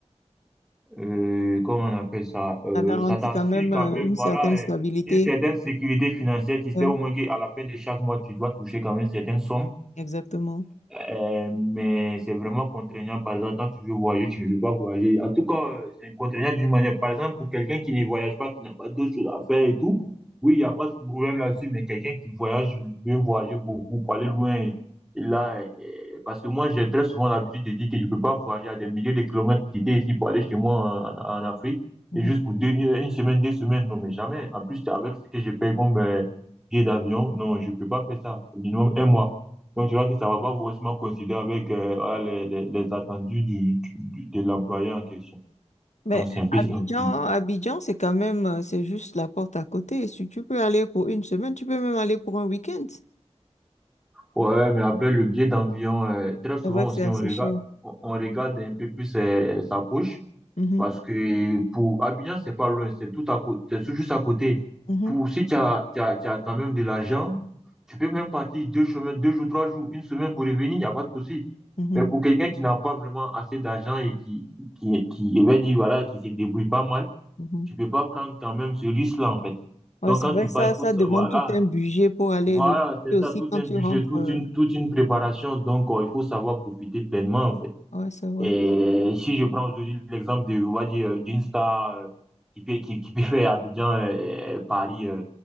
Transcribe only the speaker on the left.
Ça garantit
quand même
euh,
une certaine
stabilité.
Ouais,
exactement.
Mhm.
Mais
Abidjan,
Abidjan, c'est quand même, euh, c'est juste la porte à côté. Si tu peux aller pour une semaine, tu peux même aller pour un week-end.
C'est vrai que
c'est assez
cher.
Mhm,
mhm,
mhm,
mhm.
Ouais,
c'est
vrai
que
ça,
ça
demande tout
un budget pour aller
le
et aussi
quand
tu
rentres.
euh,
Ouais, c'est vrai.